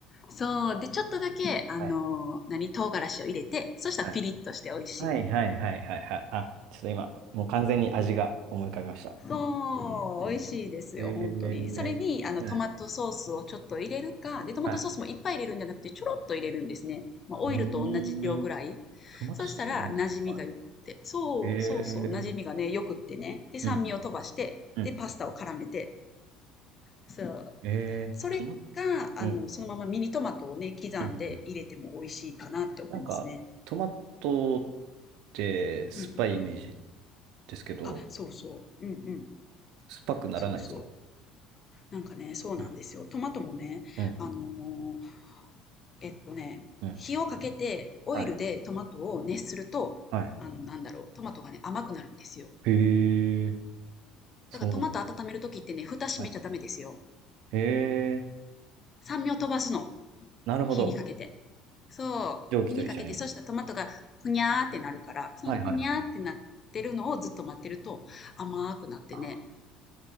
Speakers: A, on the left (about 20°); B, on the right (about 60°).
A: そう、で、ちょっとだけ、あの、
B: はい。
A: 何、唐辛子を入れて、そしたらピリッとして美味しい。
B: はいはいはいはいはいはい。あ、ちょっと今、もう完全に味が思い浮かびました。
A: そう、美味しいですよ、
B: えー、
A: 本当に。それに、あの、
B: はい、
A: トマトソースをちょっと入れるか、で、トマトソースもいっぱい入れるんじゃなくて、
B: はい。
A: ちょろっと入れるんですね。まあ、オイルと同じ量ぐらい。
B: うーん、トマトソースいるんですね。
A: そしたら、馴染みが良くって。
B: はい。
A: そう、
B: え
A: そうそう、馴染みがね、
B: ー、
A: 良くってね。で、酸味を飛ばして、
B: うん、うん。
A: で、パスタを絡めて。そう。
B: えー、
A: それか、
B: トマ、うん、
A: あの、そのままミニトマトをね、刻んで入れても美味しいかなって思いますね。
B: うん、うん。なんか、トマトって酸っぱいイメージ
A: うんうん。
B: ですけど、
A: あ、そうそう。うんうん。
B: 酸っぱくならないですか
A: そうそう。なんかね、そうなんですよ。
B: うん、
A: トマトもね、
B: うん、
A: あの、えっとね、
B: うん。
A: 火をかけてオイルでトマトを熱すると、
B: はい。はい。
A: あの、なんだろう、トマトがね、甘くなるんですよ。
B: へえ、そうなんだ。
A: だからトマト温めるときってね、蓋閉めちゃダメですよ。
B: はい。へえ、
A: 酸味を飛ばすの。
B: なるほど。
A: 火にかけて。そう。
B: 蒸気と一緒に。
A: 火にかけて、そしたらトマトがふにゃーってなるから、そのふにゃーってなってるのをずっと待ってると甘くなってね。
B: はいはいはい。あ